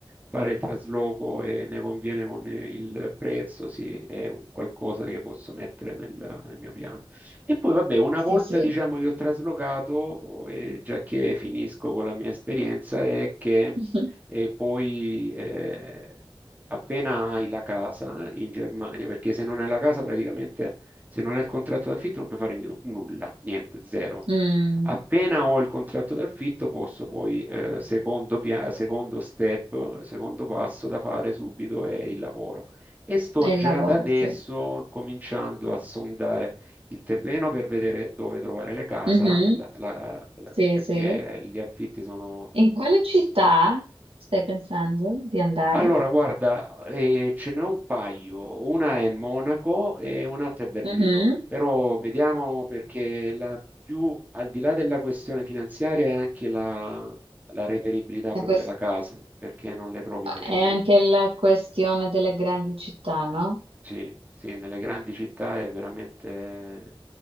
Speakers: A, on the right; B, on the right.
A: fare il trasloco e ne conviene con il prezzo, sì, è un qualcosa che posso mettere nel, nel mio piano. E poi vabbè, una
B: sì,
A: volta
B: sì.
A: diciamo che ho traslocato, e già che finisco con la mia esperienza, è che
B: <laughs> Mhm.
A: e poi eh, appena hai la casa in Germania, perché se non hai la casa praticamente, se non hai il contratto d'affitto non puoi fare nu- nulla, niente, zero.
B: Mm,
A: Appena ho il contratto d'affitto posso poi, eh, secondo, pia- secondo step, secondo passo da fare subito è il lavoro. E sto
B: e
A: già
B: il lavoro,
A: da adesso
B: sì.
A: cominciando a sondare il terreno per vedere dove trovare le case,
B: Mhm,
A: la- la- la-
B: Sì,
A: perché
B: sì.
A: gli affitti sono
B: In quale città stai pensando di andare?
A: Allora, guarda, eh, ce n'è un paio, una è Monaco e un'altra è Berlino,
B: Mhm,
A: però vediamo perché la più, al di là della questione finanziaria è anche la, la reperibilità proprio
B: Ok.
A: della casa, perché non le trovi facilmente.
B: È anche la questione delle grandi città, no?
A: Sì, sì, nelle grandi città è veramente